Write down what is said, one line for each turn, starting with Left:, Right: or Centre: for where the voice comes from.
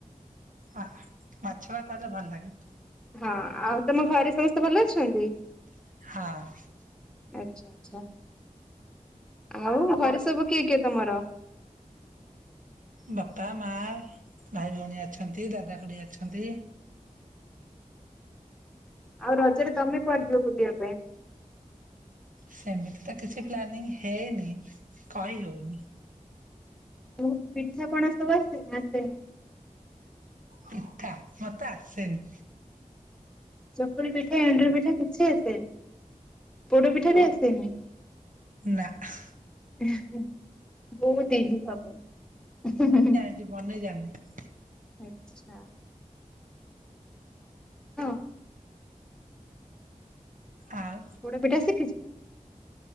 Right: ହ ମାଛଭାତରା ଭଲ ଲାଗେ।
Centre: ହଁ ଆଉ ତମ ଘରେ ସମସ୍ତେ ଭଲ ଅଛନ୍ତି?
Right: ହାଁ।
Centre: ଆଛା ଆଛା ଆଉ ଘରେ ସବୁ କିଏ କିଏ ତମର?
Right: ବାପା, ମା, ଭାଇ, ଭଉଣୀ ଅଛନ୍ତି ଦାଦା, ଖୁଡି ଅଛନ୍ତି।
Centre: ଆଉ ରଜରେ ତମେ କୁଆଡେ ଯିବ ବୁଲିବା ପାଇଁ?
Right: ସେମିତି ତ କିଛି ପ୍ଲାନିଂ ହେଇନି। କହି ହୋଉନି?
Centre: ମୁ ପିଠାପଣା ସବୁ ଆସଚି ନା ଆସେନି?
Right: ପିଠା ମତେ ଆସେନି?
Centre: ଚକୁଳି ପିଠା, ଏଣ୍ଡୁର ପିଠା କିଛି ଆସେନି। ପୋଡ ପିଠା ବି ଆସେନି?
Right: ନାଆଁ।
Centre: ହେ ଏଁ ବହୁତ ଇଜି ସବୁ।
Right: ଆଜି ବନେଇ ଜାଣିନୁ।
Centre: ଆଚ୍ଛା। ହଁ।
Right: ଆଉ
Centre: ପୋଡ଼ ପିଠା ଶିକିଚ?